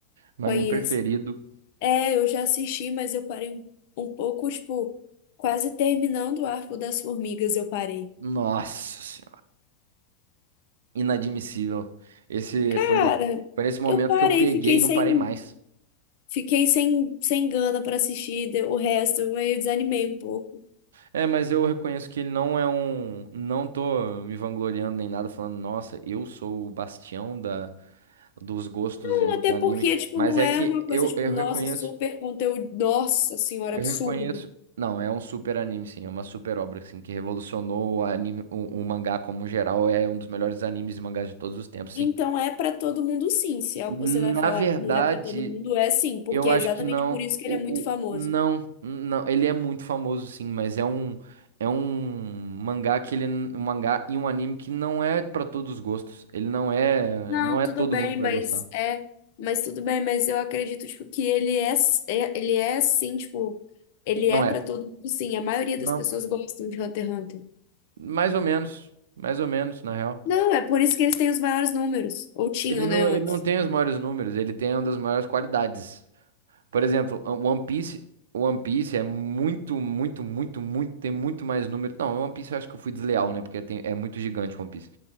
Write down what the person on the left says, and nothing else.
Conheço.
É, eu já assisti, mas eu parei um, um pouco, tipo, quase terminando o Arco das Formigas, eu parei.
Cara,
eu parei,
fiquei
sem,
fiquei sem, sem gana pra assistir de- o resto, eu meio desanimei um pouco.
Não,
Até
porque, tipo,
não
é
uma coisa,
tipo,
nossa,
super conteúdo, nossa senhora,
absurdo.
Então é para todo mundo sim, se é
o que você vai falar
que não é para todo mundo, é sim, porque
é exatamente
por isso que
ele é muito famoso.
Não,
tudo
bem,
mas
é, mas tudo bem, mas eu acredito tipo que ele é, é- ele é sim, tipo, ele
é
para todo mundo sim. A maioria
das pessoas gostam de Hunter x Hunter.
Não, é por isso que eles têm os maiores números, ou tinham,
né, antes.